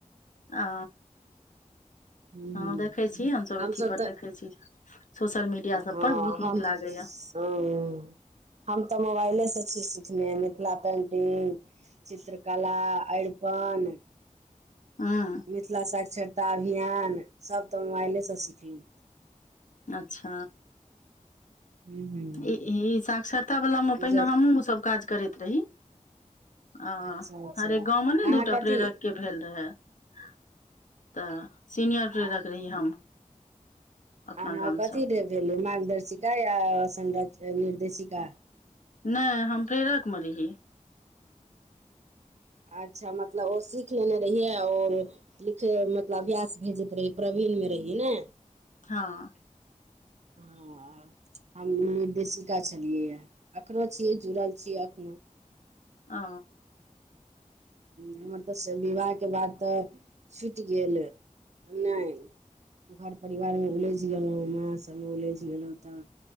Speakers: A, on the left; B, on the right.
A: आ
B: हूँ
A: हँ
B: हूँ
A: देखै छी हम सभ
B: हमसभ
A: अथी पर
B: तऽ
A: देखे छी <inaudible> सोशल मीडिया
B: हँ
A: सब पर बहुत
B: हम
A: नीक
B: <inaudible>
A: लागैया
B: ह हम तऽ मोबाइले से छी में मिथिला पेंटिंग चित्रकला अरिपन
A: हँ
B: मिथिला साक्षरता अभियान सभ तऽ मोबाइलेसँ सिखलु
A: अच्छ
B: हूँ हूँ
A: ई ई साक्षरता वला में पहिने
B: जे
A: हमहूँ सभ काज करैत रही आ
B: अच्छा अच्छा
A: हरे गाँव में ने
B: अहाँ
A: दूटा
B: कथी
A: प्रेरक केँ भेल रहे <inaudible> तऽ सीनियर प्रेरक
B: आ
A: रही हम अपना
B: अहाँ
A: गामसँ
B: कथी र भेलियै मार्गदर्शिका या संर निर्देशिका
A: नै हम प्रेरक म रही
B: अच्छा मतलब ओ सीख लेने रहियै आ ओर लिखे मतलब अभ्यास भेजैत रही प्रवीणमे रहियै न
A: हँ
B: हँ हम निर्देशिका छलियै ह एखनो छियै जुड़ल छियै एखनो
A: अ
B: हमर तऽ विवाह केँ बाद तऽ छुट गेल हम नै घर परिवारमे उलझि गेलौ माँ सभमे उलझि गेलौ तऽ